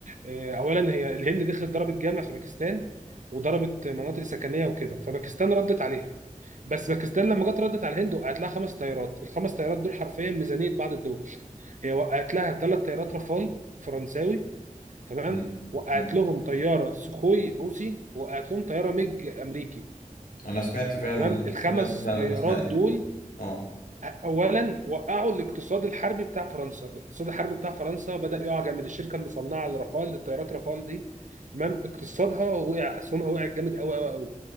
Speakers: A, on the right; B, on the left.
A: آه، اولا هي الهند دخلت ضربت جامع في باكستان وضربت مناطق سكنيه وكده فباكستان ردت عليها بس باكستان لما جت ردت على الهند وقعت لها خمس طيارات الخمس طيارات دول حرفيا ميزانيه بعض الدول هي وقعت لها ثلاث طيارات رافال فرنساوي تمام
B: مم.
A: وقعت
B: مم.
A: لهم طياره سخوي روسي وقعت لهم طياره ميج امريكي
B: انا سمعت فعلا
A: تمام الخمس
B: سمعت فعلا
A: طيارات
B: الاسماء دي
A: دول
B: اه
A: اولا وقعوا الاقتصاد الحربي بتاع فرنسا الاقتصاد الحربي بتاع فرنسا بدأ يقع جامد الشركه المصنعه لرافال للطيارات رافال دي تمام اقتصادها وقع اسهمها وقعت جامد قوي قوي قوي